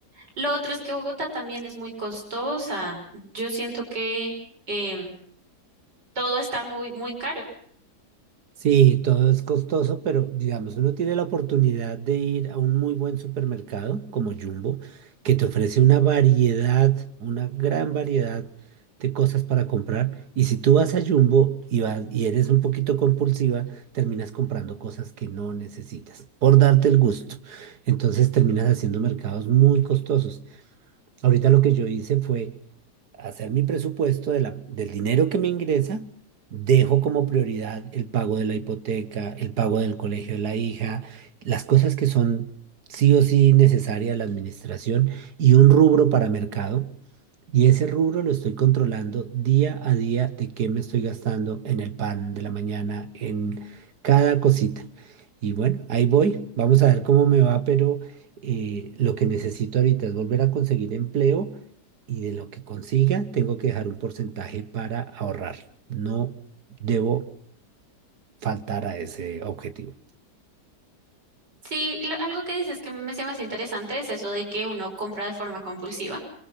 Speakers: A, on the right; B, on the right.
A: Lo otro es que Bogotá también es muy costosa. Yo siento que em, todo está muy, muy caro.
B: Sí, todo es costoso, pero digamos, uno tiene la oportunidad de ir a un muy buen supermercado como Jumbo, que te ofrece una variedad, una gran variedad de cosas para comprar. Y si tú vas a Jumbo y vas, y eres un poquito compulsiva, terminas comprando cosas que no necesitas, por darte el gusto. Entonces terminas haciendo mercados muy costosos. Ahorita lo que yo hice fue hacer mi presupuesto de la- del dinero que me ingresa, dejo como prioridad el pago de la hipoteca, el pago del colegio de la hija, las cosas que son sí o sí necesarias a la administración y un rubro para mercado. Y ese rubro lo estoy controlando día a día de qué me estoy gastando en el pan de la mañana, en cada cosita. Y bueno, ahí voy. Vamos a ver cómo me va, pero eh, lo que necesito ahorita es volver a conseguir empleo y de lo que consiga tengo que dejar un porcentaje para ahorrar. No debo faltar a ese objetivo.
A: Sí, y lo- algo que dices que me se me hace interesante es eso de que uno compra de forma compulsiva,